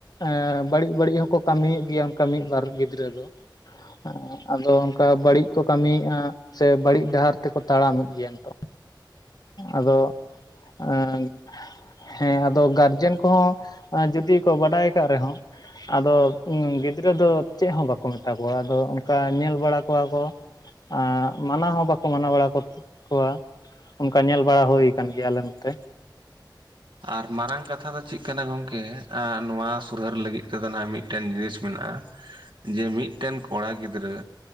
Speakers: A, on the left (about 55°); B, on the right (about 80°).
A: ᱮ ᱵᱟᱹᱲᱤᱡ ᱵᱟᱹᱲᱤᱡ ᱦᱚᱸᱠᱚ ᱠᱟᱹᱢᱤᱭᱮᱫ ᱜᱮᱭᱟ ᱚᱱᱠᱟ ᱢᱤᱫᱵᱟᱨ ᱜᱤᱫᱽᱨᱟᱹ ᱫᱚ <unintelligible> ᱟᱫᱚ ᱚᱱᱠᱟ ᱵᱟᱹᱲᱤᱡ ᱠᱚ ᱠᱟᱹᱢᱤᱭᱮᱫᱼᱟ ᱥᱮ ᱵᱟᱹᱲᱤᱡ ᱰᱟᱦᱟᱨ ᱛᱮᱠᱚ ᱛᱟᱲᱟᱢᱮᱫ ᱜᱮᱭᱟ ᱱᱤᱛᱚᱜ᱾ ᱟᱫᱚ ᱮᱫᱸ ᱦᱮᱸ ᱟᱫᱚ ᱜᱟᱨᱡᱮᱱ ᱠᱚᱦᱚᱸ ᱡᱩᱫᱤ ᱠᱚ ᱵᱟᱰᱟᱭ ᱠᱟᱜ ᱨᱮᱦᱚᱸ ᱟᱫᱚ ᱜᱤᱫᱽᱨᱟᱹ ᱫᱚ ᱪᱮᱫ ᱦᱚᱸ ᱵᱟᱠᱚ ᱢᱮᱛᱟ ᱠᱚᱣᱟ ᱟᱫᱚ ᱚᱱᱠᱟ ᱧᱮᱞ ᱵᱟᱲᱟ ᱠᱚᱣᱟ ᱠᱚ᱾ ᱟᱸᱜ ᱢᱟᱱᱟ ᱦᱚᱸ ᱵᱟᱠᱚ ᱢᱟᱱᱟ ᱵᱟᱲᱟ ᱠᱚᱣᱟ᱾ ᱚᱱᱠᱟ ᱧᱮᱞ ᱵᱟᱲᱟ ᱦᱩᱭ ᱠᱟᱱ ᱜᱮᱭ ᱟᱞᱮ ᱱᱚᱛᱮ
B: ᱟᱨ ᱢᱟᱨᱟᱝ ᱠᱟᱛᱷᱟ ᱫᱚ ᱪᱮᱫ ᱠᱟᱱᱟ ᱜᱚᱝᱠᱮ ᱮ ᱱᱚᱣᱟ ᱥᱩᱫᱟᱹᱨ ᱞᱟᱹᱜᱤᱫᱼᱼ ᱛᱮᱫᱚ ᱱᱟᱜ ᱢᱤᱫᱴᱮᱱ ᱡᱤᱱᱤᱥ ᱢᱮᱱᱟᱜᱼᱟ ᱡᱮ ᱢᱤᱫᱴᱮᱱ ᱠᱚᱲᱟ ᱜᱤᱫᱽᱨᱟᱹ